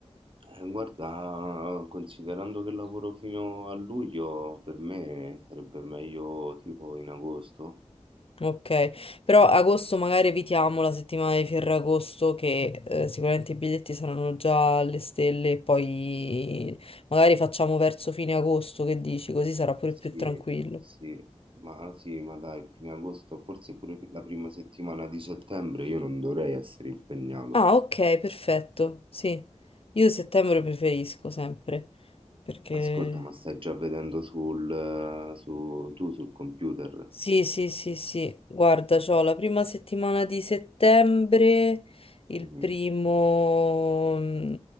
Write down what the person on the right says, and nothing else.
Eh, Guarda, considerando che lavoro fino a luglio, per me sarebbe meglio tipo in agosto.
Sì,
sì, ma sì, ma dai, fine agosto, forse pure la prima settimana di settembre io non dovrei essere impegnato.
Ascolta, ma stai già vedendo sul, eh, su, tu sul computer?
Mhm.